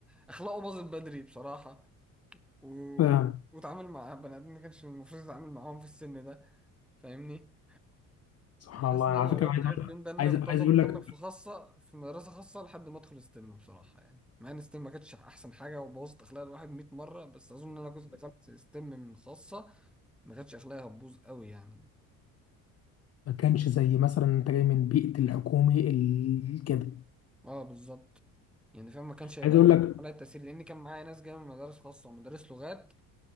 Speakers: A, in the centre; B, on the left (about 35°).
A: اخلاقه باظت بدري بصراحه و...
B: فاهم
A: واتعامل مع بني ادمين ما كانش المفروض يتعامل معاهم في السن ده فاهمني
B: سبحان
A: حاسس
B: الله
A: ان
B: انا
A: انا
B: على
A: لو
B: فكره
A: غيرت
B: عايز
A: حاجه
B: اقول
A: في اليوم ده ان انا
B: عايز
A: كنت
B: عايز
A: افضل
B: اقول
A: مكمل
B: لك
A: في خاصه في مدرسه خاصه لحد ما ادخل ستيم بصراحه يعني مع ان ستيم ما كانتش احسن حاجه وبوظت اخلاق الواحد 100 مره بس اظن ان انا كنت دخلت ستيم من خاصه ما كانتش اخلاقي هتبوظ قوي يعني
B: ما كانش زي مثلا انت جاي من بيئه الحكومي ال- كده
A: اه بالظبط يعني فاهم ما كانش هيبقى
B: عايز اقول لك
A: عليا التاثير لان كان معايا ناس جايه من مدارس خاصه ومدارس لغات